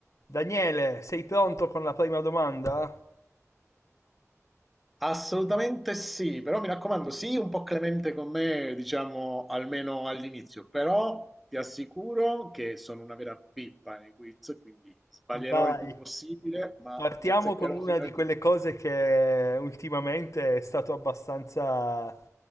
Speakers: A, on the left (about 70°); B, in the centre.
A: Daniele, sei pronto con la prima domanda?
B: Assolutamente sì, però mi raccomando, sii un po' clemente con me, diciamo, almeno all'inizio, però ti assicuro che sono una vera pippa nei quiz, quindi sbaglierò
A: Vai.
B: il più possibile, ma
A: Partiamo
B: ne azzeccherò
A: con una
B: sicuramente
A: di quelle
B: qualcuno.
A: cose che ultimamente è stato abbastanza...